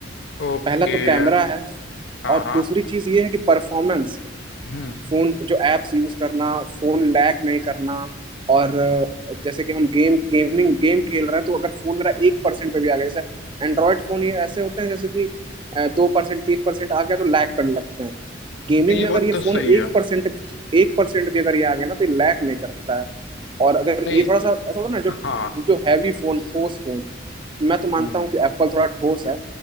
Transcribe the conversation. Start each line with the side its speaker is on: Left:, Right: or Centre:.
Left: ओके
Right: पहला तो कैमरा
Left: यार
Right: है
Left: हाँ
Right: और
Left: हाँ
Right: दूसरी चीज ये है कि परफॉर्मेंस
Left: हम्म
Right: फोन जो एप्स यूज करना फोन लैग नहीं करना और अ, जैसे कि हम गेम गेमिंग गेम खेल रहे हैं तो अगर फोन मेरा एक परसेंट पे भी आ गया जैसे एंड्रॉयड फोन ये ऐसे होते हैं जैसे कि अ, दो परसेंट तीन परसेंट आ गया तो लैग करने लगते हैं गेमिंग
Left: नहीं ये
Right: में अगर
Left: बात
Right: ये
Left: तो
Right: फोन
Left: सही
Right: एक
Left: है
Right: परसेंट एक परसेंट भी अगर ये आ गया ना तो ये लैग नहीं करता है और अगर
Left: नहीं
Right: ये थोड़ा सा ऐसा होता है ना जो
Left: हाँ
Right: जो हैवी फोन ठोस फोन मैं तो मानता
Left: हम्म
Right: हूँ कि एप्पल थोड़ा ठोस है